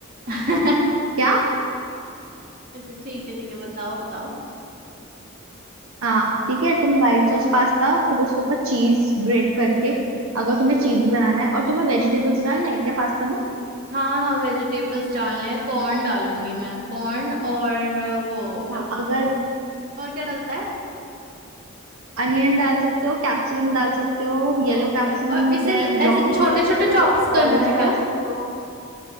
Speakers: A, on the right; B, on the right.
A: <laughs>
B: क्या
A: अच्छा ठीक है ठीक है बताओ बताओ
B: हाँ ठीक है तुम व्हाइट सॉस पास्ता फिर उसके ऊपर चीज ग्रेट करके अगर तुम्हें चीजी बनाना है और तुम्हें वेजिटेबल्स डालने हैं क्या पास्ता में
A: हाँ हाँ वेजिटेबल्स डालने हैं कॉर्न डालूंगी मैं कॉर्न और अ, वो क्या
B: हाँ
A: बोलते
B: अगर
A: हैं और क्या डलता है
B: अनियन डाल सकते हो कैप्सिकम डाल सकते हो येलो
A: ओके
B: कैप्सिकम
A: और
B: होते
A: इसे ल-
B: हैं ब्रोकली
A: ऐसे छोटे
B: डाल
A: छोटे
B: सकते
A: चॉप्स
B: हो
A: करना
B: ऑलिव्स
A: है
B: डाल
A: क्या
B: सकते हो